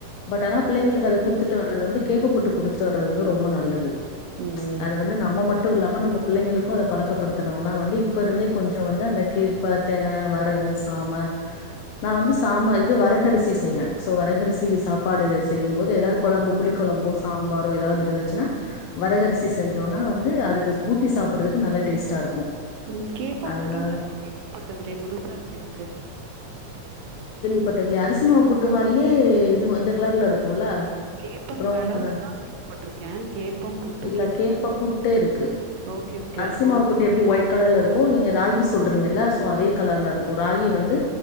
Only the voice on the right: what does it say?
ம்
ம் கேப்ப
புட்டுனு நா கேள்வி பட்டது இல்லையே புதுசா இருக்கு எனக்கு
கேப்பங்கழங்கு
தான் கேள்விப்பட்ருக்கே கேப்பம் புட்டு
கேள்விப்பட்டது
ஓகே ஓகே
ஆ